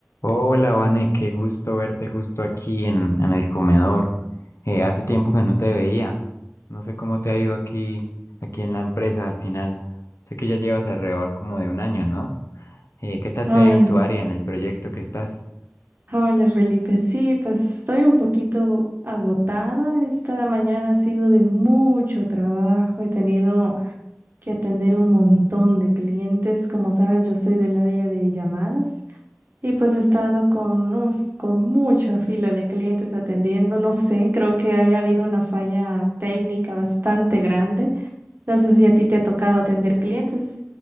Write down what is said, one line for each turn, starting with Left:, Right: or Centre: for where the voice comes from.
Left: Hola, Vane, qué gusto verte justo aquí en, en el comedor. Eh, hace tiempo que no te veía. No sé cómo te ha ido aquí, aquí en la empresa al final. Sé que ya llevas alrededor como de un año, ¿no? Eh, ¿qué tal
Right: Ay,
Left: te ha ido en tu área, en el proyecto que estás?
Right: hola Felipe. Sí, pues estoy un poquito agotada. Esta mañana ha sido de mucho trabajo. He tenido que atender un montón de clientes. Como sabes, yo soy del área de llamadas y pues he estado con, uf, con mucha fila de clientes atendiendo. No sé, creo que había habido una falla técnica bastante grande. No sé si a ti te ha tocado atender clientes.